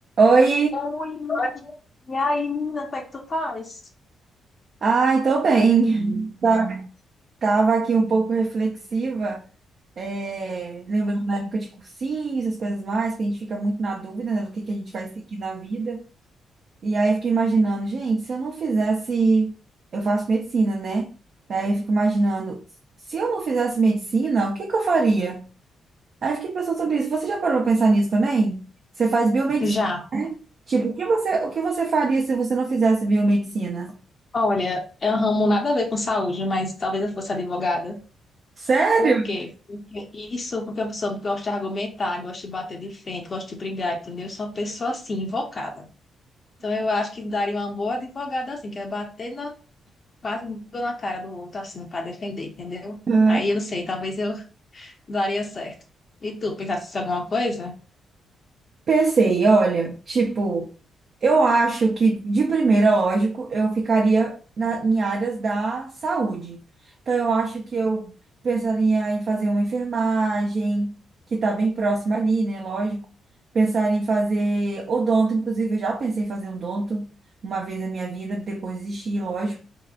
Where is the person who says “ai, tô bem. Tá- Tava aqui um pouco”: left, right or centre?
Right